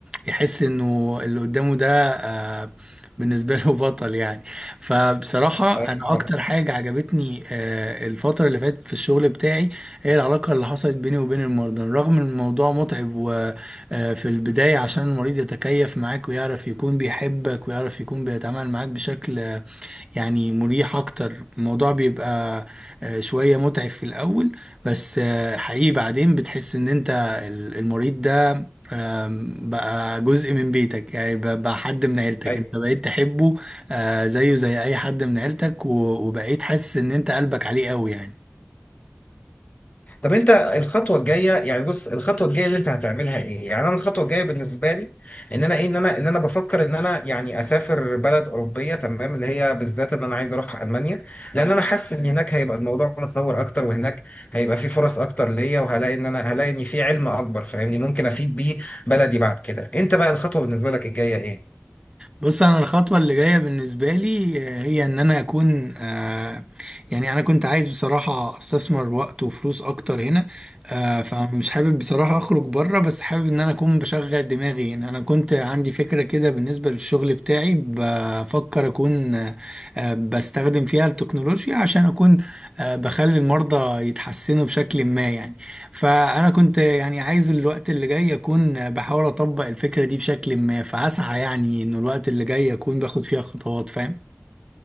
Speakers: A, on the right; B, on the left.
A: يحس إنه اللي قدامه ده آه، بالنسبة له بطل يعني فبصراحة
B: ايوه
A: أنا أكتر حاجة عجبتني آه، الفترة اللي فاتت في الشغل بتاعي هي العلاقة اللي حصلت بيني وبين المرضى رغم إن الموضوع متعب وفي البداية عشان المريض يتكيف معاك ويعرف يكون بيحبك ويعرف يكون بيتعامل معاك بشكل آه، يعني مريح أكتر الموضوع بيبقى آه، شوية متعب في الأول بس آه، حقيقي بعدين بتحس إن أنت ال- المريض ده آم، بقى جزء من بيتك يعني ب- بقى حد من عيلتك
B: ايوه
A: انت بقيت تحبه آه، زيه زي اي حد من عيلتك و- وبقيت حاسس ان انت قلبك عليه قوي يعني
B: طب انت الخطوه الجايه يعني بص الخطوه الجايه اللي انت هتعملها ايه يعني انا الخطوه الجايه بالنسبه لي ان انا ايه ان انا ان انا بفكر ان انا يعني اسافر بلد اوروبيه تمام اللي هي بالذات ان انا عايز اروح المانيا لان انا حاسس ان هناك هيبقى الموضوع متطور اكتر وهناك هيبقى في فرص اكتر ليا وهلاقي ان انا هلاقي ان في علم اكبر فاهمني ممكن افيد بيه بلدي بعد كده انت بقى الخطوه بالنسبه لك الجايه ايه
A: بص انا الخطوه اللي جايه بالنسبه لي آه، هي ان انا اكون آه، يعني انا كنت عايز بصراحه استثمر وقت وفلوس اكتر هنا آه، فمش حابب بصراحه اخرج بره بس حابب ان انا اكون بشغل دماغي هنا انا كنت عندي فكره كده بالنسبه للشغل بتاعي بفكر اكون آه، آه، بستخدم فيها التكنولوجيا عشان اكون آه، بخلي المرضى يتحسنوا بشكل ما يعني فأنا كنت يعني عايز الوقت اللي جاي أكون بحاول أطبق الفكرة دي بشكل ما فأسعى يعني إنه الوقت اللي جاي أكون باخد فيها خطوات فاهم